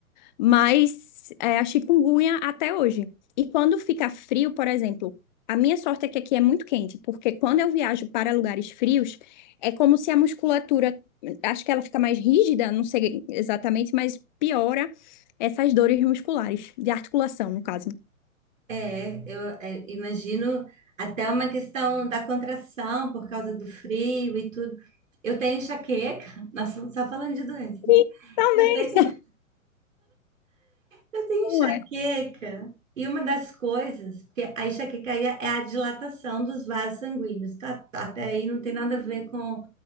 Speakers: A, on the left (about 35°); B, on the right (about 65°).
A: mas é, a chikungunya até hoje. E quando fica frio, por exemplo, a minha sorte é que aqui é muito quente, porque quando eu viajo para lugares frios, é como se a musculatura, acho que ela fica mais rígida, não sei exatamente, mas piora essas dores musculares, de articulação, no caso.
B: É, eu é, imagino até uma questão da contração por causa do frio e tudo. Eu tenho enxaqueca, <laughs> nós estamos só falando de doença, né?
A: Sim, também.
B: Eu tenho, eu tenho
A: Não
B: enxaqueca
A: é?
B: e uma das coisas, porque a enxaqueca aí é é a dilatação dos vasos sanguíneos, tá? Tá, Até aí não tem nada a ver com,